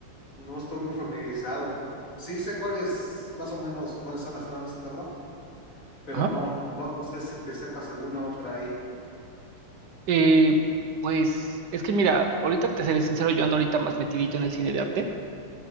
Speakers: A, on the left; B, on the right.
A: no estoy muy familiarizado. Sí sé cuáles, más o menos, cuáles son las tramas y todo, pero
B: Ajá.
A: no, no sé si te sepas alguna otra ahí.
B: Eh, pues es que mira, ahorita te seré sincero, yo ando ahorita más metidito en el cine de arte.